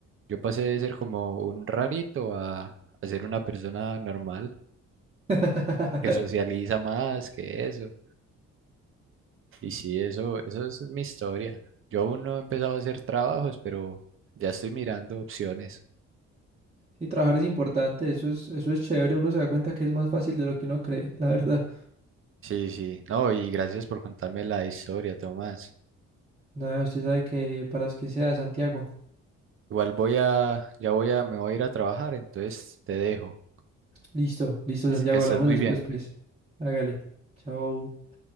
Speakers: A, on the right; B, on the right.
A: yo pasé de ser como un rarito a, a ser una persona normal,
B: <laughs>
A: que socializa más que eso. Y sí, eso, eso es mi historia. Yo aún no he empezado a hacer trabajos, pero ya estoy mirando opciones.
B: Sí, trabajar es importante, eso es, eso es chévere, uno se da cuenta que es más fácil de lo que uno cree, <laughs> la verdad.
A: Sí, sí. No, y gracias por contarme la historia, Tomás.
B: Nada, usted sabe que para las que sea, Santiago.
A: Igual voy a, ya voy a, me voy a ir a trabajar, entonces te dejo.
B: Listo, listo,
A: Es-
B: Santiago,
A: Que estés
B: hablamos
A: muy
B: después,
A: bien.
B: pues. Hágale. Chao.